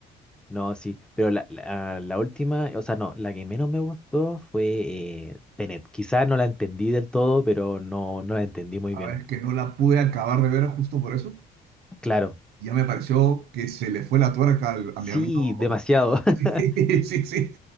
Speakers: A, in the centre; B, on the right.
A: No, sí, pero la, la, la última, o sea, no, la que menos me gustó fue eh, Tenet. Quizás no la entendí del todo, pero no, no la entendí muy
B: A
A: bien.
B: ver, es que no la pude acabar de ver justo por eso.
A: Claro,
B: Ya me pareció que se le fue la tuerca al-
A: sí,
B: a mi amigo
A: demasiado.
B: Sí,
A: <laughs>
B: <laughs> sí, sí.